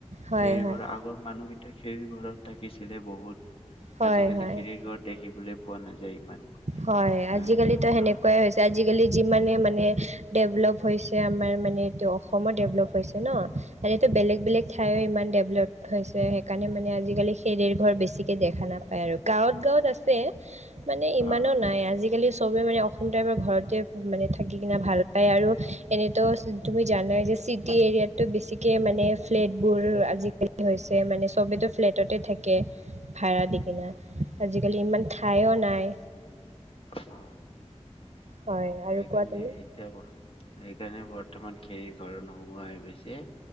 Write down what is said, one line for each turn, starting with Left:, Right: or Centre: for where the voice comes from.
Right: হয়
Left: সেইবৰ
Right: হয়
Left: আগৰ মানুহেই খেৰ ঘৰত থাকিছিলে বহুত
Right: হয়
Left: আজিকালি
Right: হয়
Left: খেৰিৰ ঘৰত দেখিবলৈ পোৱা নাযায় ইমান।
Right: হয় আজিকালিতো
Left: আহ
Right: সেনেকুৱাই হৈছে। আজিকালি যিমানে মানে ডেভলপ হৈছে আমাৰ মানে এইটো অসমত ডেভলপ হৈছে ন আৰু এইটো বেলেগ বেলেগ ঠাই ইমান ডেভেলপ হৈছে সেইকাৰণে মানে আজিকালি সেৰ ঘৰ বেছিকে দেখা নাপায় আৰু গাঁৱত গাঁৱত আছে ম ইমানো
Left: অ
Right: নাই আজিকালি চবে মানে অসম টাইপাৰ ঘৰতে মানে থাকি কিনে ভাল পায় আৰু এনেতো তুমি জানাই যে চিটি এৰিয়াততো বেছিকে মানে ফ্লেটবোৰ আজিকালি হৈছে মানে চবো ফ্লেটতে থাকে ভাড়া দি কিনা আজিকালি ইমান ঠাইো নাই।
Left: অ
Right: হয় আৰু
Left: সেইকাৰণে
Right: কোৱা তুমি
Left: এতিয়া এইকাৰনে প বৰ্তমান খেৰ ঘৰ নোহোৱা হৈ গৈছে।